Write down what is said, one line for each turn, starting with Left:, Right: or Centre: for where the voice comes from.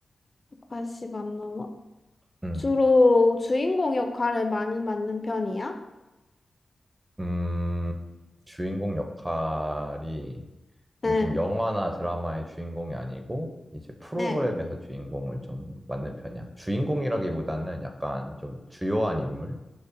Left: 180 안 넘어?
Right: 응.
Left: 주로 주인공 역할을 많이 맡는 편이야?
Right: 음, 주인공 역할이 무슨
Left: 응,
Right: 영화나 드라마의 주인공이 아니고 이제 프로그램에서
Left: 응.
Right: 주인공을 좀 맡는 편이야. 주인공이라기보다는 약간 좀 주요한 인물?